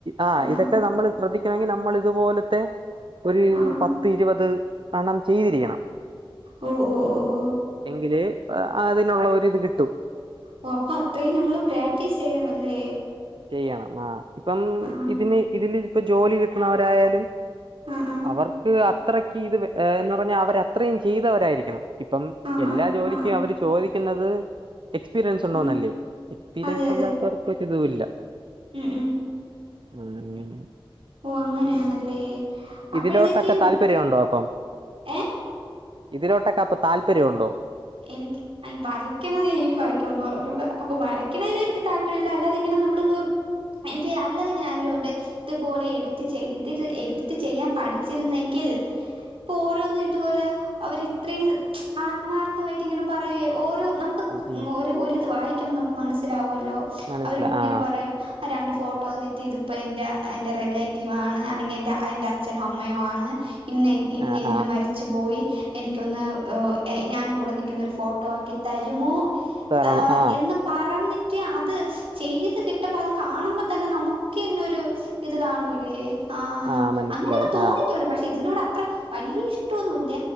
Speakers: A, on the right; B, on the right.
A: ആഹ്
B: ആ
A: ഇതൊക്കെ
B: ആ
A: നമ്മള് സ്രദ്ധി ക്കണെങ്കി നമ്മള് ഇത്പോലത്തെ ഒരു
B: ആ ആ
A: പത്ത് ഇരുപത് എണ്ണം ചെയ്തിരിക്കണം
B: ഓഹ് ഓഹ് ഓ ഹ് ഓഹ്
A: എങ്കില് അതിനുള്ള ഒരു ഇത് കിട്ടും
B: ഓ അപ്പം അത്രീം ഞമ്മള് പ്രാക്ടീസ് ചെയ്യണം അല്ലേ
A: ചെയ്യണം ആഹ് ഇപ്പം
B: ആ
A: ഇതിന് ഇതില് ഇപ്പം ജോലി കിട്ട്ണവരായാലും
B: ആ ആ
A: അവർക്ക് അത്രക്ക് ഇത് ഏഹ് എന്ന് പറഞ്ഞാ അവര് അത്രയും ചെയ്തവരായിരിക്കണം ഇപ്പം
B: ആ
A: എല്ലാ ജോലിക്കും
B: ആ ആ
A: അവര് ചോദിക്കുന്നത് എക്സ് പീരിയൻസ് ഉണ്ടോന്നല്ലേ
B: ആ
A: എക്സ്പീരിയൻസ്
B: അതെ അതെ
A: ഇല്ലാവർക്കൊര് ഇതൂല്ല
B: ഉം ഉം
A: ഉം ഉം
B: ഓഹ് അങ്ങനെയാണല്ലേ അപ്പോഴത്തേക്കും
A: ഇതിലോട്ടൊക്കെ താല്പര്യം ഉണ്ടോ അപ്പം
B: ഏ
A: ഇതിലോട്ടൊക്കെ അപ്പം താല്പര്യം ഉണ്ടോ
B: എനിക്ക് ഈ വരക്കണത് എനിക്ക് വരക്കാൻ ഒന്നും അറിഞ്ഞൂടാ അപ്പം വരക്കണേല് എനിക്ക് താല്പര്യല്ല അല്ലാതിങ്ങനെ നമ്മളിപ്പം എനിക്ക് അല്ലാതെ ഇങ്ങനെ ആഗ്രഹവുണ്ട് ഇതുപോലെ എഡിറ്റ് ചെയ്തത് ചെയ്തിട്ട് എഡിറ്റ് ചെയ്യാൻ പഠിച്ചിരുന്നെങ്കിൽ - ഇപ്പം ഓരോന്നും ഇതുപോലെ അവര് ഇത്രയും ആത്മാർ- വെക്ത്തമായിട്ട് ഇങ്ങനെ പറയുവേ ഓരോ നമുക്ക്
A: ഉം ഉം
B: ഒരു ഒരു ഇത് വായിക്കുമ്പം നമുക്ക് മനസ്സിലാവുവല്ലോ
A: മനസ്സില
B: അവര് ഇങ്ങനെ
A: ആ
B: പറയും ആ രണ്ട് ഫോട്ടോ വന്നിട്ട് ഇതിപ്പ എൻ്റെ എൻ്റെ റിലേറ്റീവ് ആണ് അല്ലെങ്കിൽ എൻ്റെ അത് എന്റെ അച്ഛനും അമ്മയും ആണ് ഇന്ന ഇന്ന
A: ആ
B: ഇതില്
A: ആ
B: മരിച്ചു പോയി എനിക്കൊന്ന് ഞാനും കൂടെ - കൂടെ നിക്കുന്ന ഒരു ഫോട്ടോ ആക്കി തരുമോ
A: കാരണം
B: ആഹ്
A: ആ
B: എന്ന് - പറഞ്ഞിട്ട് അത് ചെയ്ത് കിട്ടുമ്പം അത് കാണുമ്പത്തന്നെ നമു- എനിക്ക് തന്നെ ഒരു ഇത് കാണൂലേ ആഹ് ആഹ്
A: ആ മനസ്സിലായി
B: അങ്ങനെയൊക്കെ തോന്നിട്ടുണ്ട്
A: ആ
B: പക്ഷെ ഇതിന്റെ കൂടെ അത്ര - വല്ലിയ ഇഷ്ടൊന്നുവില്ല